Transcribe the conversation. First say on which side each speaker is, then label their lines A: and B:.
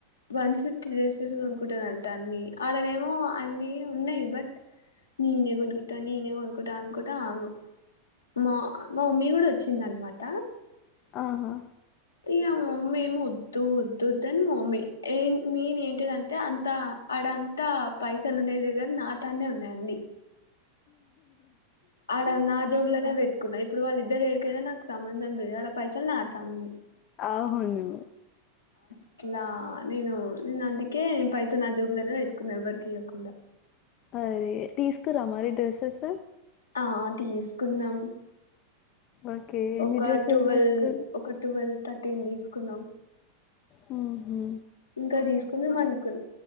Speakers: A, on the left; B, on the left.
A: వన్ ఫిఫ్టీ డేస్ తీసుకునుకుంటుందంట అన్ని ఆడనే ఏమో అన్ని ఉన్నాయి బట్ నేనే కొనుకుంటా నేనే కొనుకుంటా అనుకుంటా మా మా మమ్మీ కూడా వచ్చింద అనమాట
B: ఆహా
A: ఇ ఆ మమ్మీ ఏమి వద్దు వద్ద్ అని మమ్మీ ఏ మెయిన్ ఏంటిదంటే అంత అడంతా పైసలు ఉన్న దగ్గర నా తానే ఉన్నాయి అన్నన్ని అడ నా జోబ్ల తవట్ కుయి ఇప్పుడు వాళ్ళిద్దరు ఎ ఏడికైనా నాకు సంబంధం లేదు ఆడ పైసలు నాత అన్నాయి
B: అవును
A: ఇట్లా నేను నేను అందుకే నేను పైసా నా జోబులోనే వెతుకున్నా ఎ వర్కి ఇవ్యకుండా
B: అరే తీసుకురా మరి డ్రెస్సెస్
A: ఆ తీసుకుందాం
B: ఓకే ఎన్ని
A: ఒక
B: డ్రెస్సెస్
A: టువెల్ర్
B: తీసుకురు
A: ఒక టువెల్వ్ థర్టీని తీసుకున్నాం
B: హుహు
A: ఇంకా తీసుకుంది మనుకుని